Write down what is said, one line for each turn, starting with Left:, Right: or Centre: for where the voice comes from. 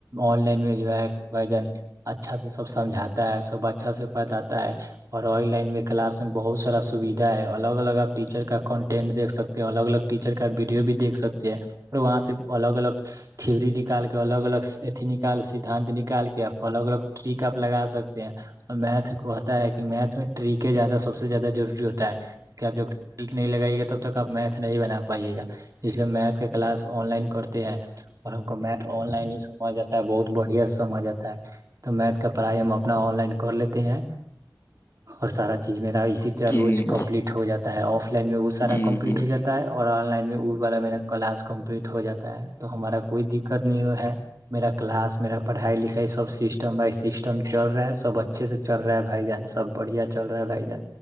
Right: آن لائن میں جو ہے بھائی جن اچھا سے سب سمجھاتا ہے سب اچھا سے بتاتا ہے اور اور لائن میں کلاس میں بہت سارا سویدھا ہے الگ الگ آپ ٹیچر کا کنٹینٹ دھ سکتے الگ الگ ٹیچر کا ویڈیو بھییکھ سکتے ہیں اور وہاں سے الگ الگ تھھیوری نکال کے الگ الگ ایھی نکال سدھانت نکال کے آپ الگ الگ ٹریک آپ لگا سکتے ہیں اور میتھ کوتا ہے کہ میتھ اس میں ٹیکیں زیادہ سب سے زیادہ ضروری ہوتا ہے کیکہ آپ جب ٹریک نہیں لگائی گے تب تک آپ میھ نہیں بنا پائیے گا اس لیے ہم میتھ کا کلاس آن لائن کرتے ہیں اور ہم کو میتھ آن لائن ہی سمھا جاتا ہے بہت بڑھیا سے سمجھ آاتا ہے تو میتھ کا پڑھائی ہم اپنا آن لائن کر لیتے ہیں اور سارا چیز میرا طر
Left: جی
Right: روز کمپلیٹ ہو جا ہے ت آف لائن میں وہ سارا
Left: جی
Right: کمپلیٹ
Left: جی
Right: ہو جاتا ہے اور آن لائن میں وہ والا میرا کلاس کمپلیٹ ہو جاتا تو ہمارا کوئی دقت نہیں ہو ہے میرا کلاس میرا پڑھائی لکھائی سسٹم بائی سسٹم دم چل رہا ہے سب اچھے سے چل رہا ہے بھائی جان سب بڑھیا چل رہا ہے بھائی جان